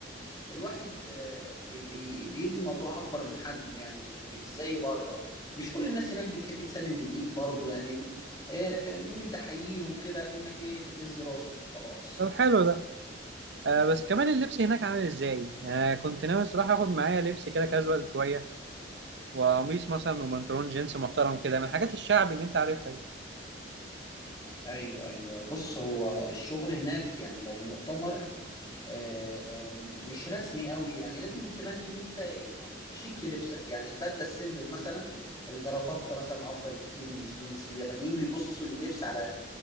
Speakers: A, on the left; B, on the right.
A: الواحد آه، بي بي بيدي الموضوع اكبر من حجمه يعني م- مش زي بره مش كل الناس هناك بتحب تسلم بالايد برضه يعني آه، ممكن تحييهم كده كأنك ايه بتهز راسك وخلاص
B: طب حلو ده آه بس كمان اللبس هناك عامل ازاي؟ يعني كنت ناوي الصراحة اخد معايا لبس كده كاجوال شوية وقميص مثلا وبنطلون جينز محترم كده من الحاجات الشعبي اللي انت عارفها دي.
A: ايوه ايوه بص هو الشغل هناك يعني لو مؤتمر آه، م- مش رسمي قوي يعني لازم تبني ان انت يعني شيك في لبسك يعني البدله السيمبل مثلا الجرافطه مثلا افضل بكتير من الجينز اليابانيين بيبصوا لللبس على